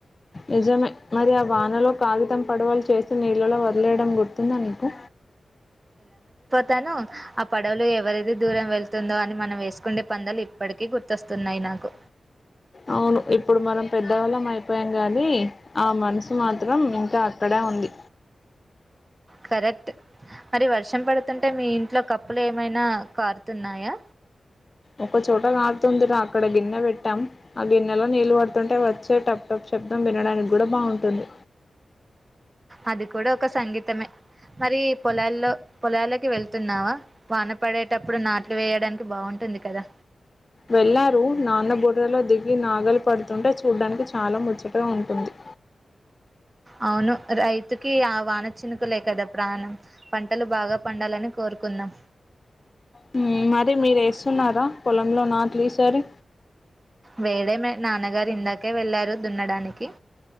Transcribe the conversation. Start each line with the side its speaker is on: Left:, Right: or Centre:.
Left: నిజమే మరి ఆ వానలో కాగితం పడవలు చేసి నీళ్ళలో వ వెళ్లడం గు తుందా నీకు
Right: తను ఆ పడవులు ఎవరిది దూరం వెళ్తుందో అని మనం వేసుకుండే పందాలు ఇప్పటికీ గుర్తొస్తున్నాయి నాకు
Left: అవును ఇప్పుడు మనం పెద్దవాళ్ళం అయిపోయాం గానీ ఆ మనసు మాత్రం ఇంకా అక్కడే ఉంది.
Right: కరెక్ట్ మరి వర్షం పడుతుంటే మీ ఇంట్లో కప్పులు ఏమైనా కారుతున్నాయా
Left: ఒకచోట కారుతుంది రా అక్కడ గిన్నె పెట్టాం ఆ గిన్నెలో నీళ్లు పడుతుంటే వచ్చే టప్ టప్ శబ్దం వినడానికి కూడా బాగుంటుంది
Right: అది కూడా ఒక సంగీతమే మరి పొలాల్లో పొలాలకి వెళ్తున్నావా వాన పడేటప్పుడు నాట్లు వేయడానికి బాగుంటుంది కదా
Left: వెళ్లారు నాన్న బుర్రలో దిగి నాగలు పడుతుంటే చూడ్డానికి చాలా ముచ్చట ఉంటుంది
Right: అవును రైతుకి ఆ వాన చినుకలే కదా ప్రాణం పంటలు బాగా పండాలని కోరుకుందాం.
Left: హ్మ్ మరి మీరు వేస్తున్నారా పొలంలో నాట్లు ఈ సారి
Right: వేడే నాన్నగారు ఇందాకే వెళ్ళారు దున్నడానికి